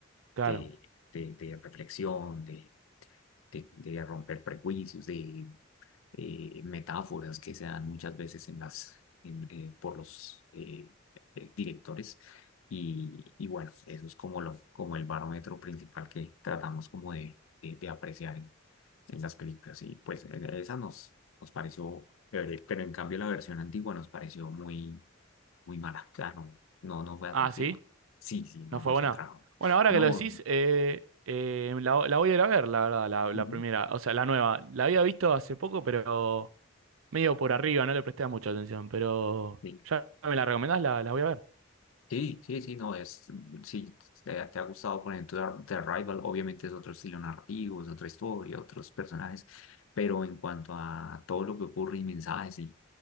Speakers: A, on the right; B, on the left.
A: Claro.
B: de, de, de reflexión, de, de, de romper prejuicios, de eh, metáforas que se dan muchas veces en las, en, eh, por los eh, eh, directores. Y, y bueno, eso es como, lo, como el barómetro principal que tratamos como de, de, de apreciar en, en las películas. Y pues en esa nos, nos pareció chévere, pero en cambio la versión antigua nos pareció muy, muy mala. O sea, no, no, no fue atractiva.
A: Ah, ¿sí?
B: Sí, sí, no
A: ¿No fue
B: nos
A: buena?
B: atrajo.
A: Bueno, ahora
B: No,
A: que lo decís, eh, eh, la, la voy a ir a ver, la verdad, la, la
B: ujú.
A: primera, o sea, la nueva. La había visto hace poco, pero medio por arriba, no le presté mucha atención, pero
B: Sí,
A: ya me la recomendás, la, la voy a ver.
B: sí, sí, sí, no, es, sí, te, te ha gustado, por ejemplo, The Arrival, obviamente es otro estilo narrativo, es otra historia, otros personajes, pero en cuanto a todo lo que ocurre y mensajes y,